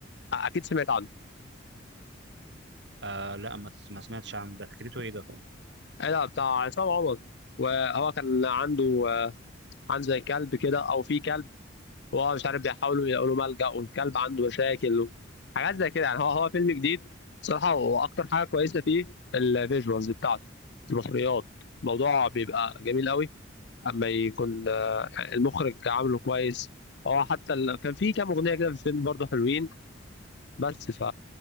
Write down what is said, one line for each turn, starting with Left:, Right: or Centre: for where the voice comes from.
Left: آه، اكيد سمعت عنه
Right: آه لا ما ما سمعتش عن ده فكرته إيه ده؟
Left: ايه ده بتاع عصام عمر وهو كان عنده آه، عنده زي كلب كده او في كلب وهو مش عارف بيحاولوا يلاقوا له ملجأ والكلب عنده مشاكل حاجات زي كده يعني هو هو فيلم جديد صراحة وأكتر حاجة كويسة فيه الفيجوالز بتاعته المصريات الموضوع بيبقى جميل قوي أما يكون آه، المخرج عامله كويس هو حتى ال... كان في كام أغنية كده في الفيلم برضه حلوين بس ف